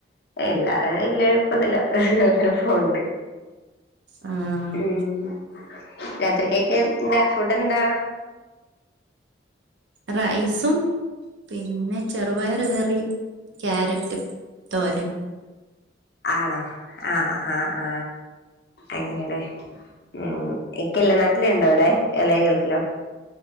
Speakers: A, on the left (about 60°); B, on the right (about 75°).
A: എല്ലാ ഇല്ല എളുപ്പന്നില്ല അങ്ങനെ പോണ്ട്
B: ഉം
A: ഉം രാത്രിക്കെക്കെ എന്താ ഫുഡ് എന്താ?
B: റൈസും പിന്നെ ചെറുപയർ കറി ക്യാരറ്റും തോരനും
A: ആണോ ആ ആ ആ അങ്ങനെലേ ഉം ഇക്കല്ലെ നാട്ടില് ഇണ്ടോ ഇവിടെ എല്ല ഗൾഫിലോ?